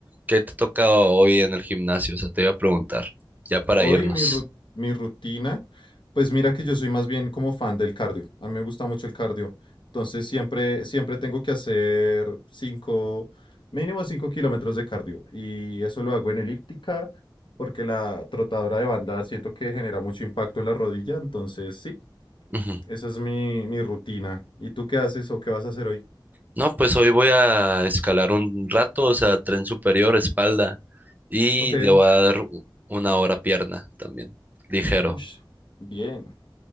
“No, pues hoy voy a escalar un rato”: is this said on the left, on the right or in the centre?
Right